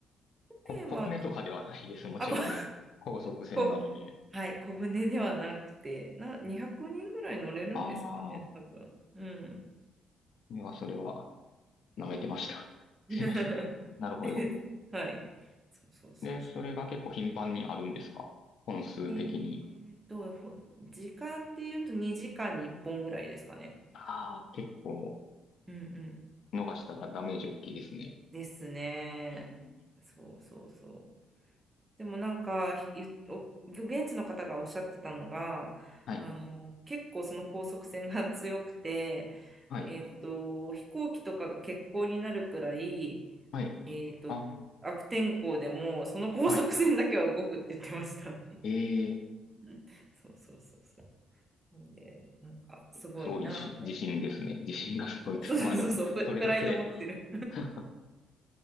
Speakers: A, on the left; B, on the right.
A: こ、
B: で、
A: 小舟とかではないです。
B: まあ、
A: もちろんね。
B: あ、こ、<laughs>
A: 高速船なので。
B: こ、はい、小舟ではなくて、な、200人ぐらい乗れるんですかね、
A: ああ、
B: 多分。うん。
A: 船はそれは舐めてました。<laughs>
B: <laughs>
A: すいません。なるほど。
B: はい。そうそうそうそう。
A: で、それが結構頻繁にあるんですか本数的に。
B: えーっと、ほ時間で言うと2時間に1本ぐらいですかね。
A: ああ、結構
B: うんうん。
A: 逃したらダメージ大きいですね。
B: ですね。
A: うん。
B: そうそうそう。でもなんか、ゆお現地の方がおっしゃってたのが、
A: はい。
B: あの、結構その高速船が強くて、
A: はい。
B: えっと、飛行機とかが欠航になるくらい、
A: はい。
B: えっと、
A: あー
B: 悪天候でも、その高速船だけは動くって言ってました。
A: はい。ええ、
B: <laughs> そうそうそうそう。なんで、なんか、すごいなって。
A: すごいじ自信ですね。<laughs> 自信がすごいというか、
B: そうそうそうそう、
A: まあでも、
B: プ、
A: それだけ。
B: プライド持ってる。
A: <laughs>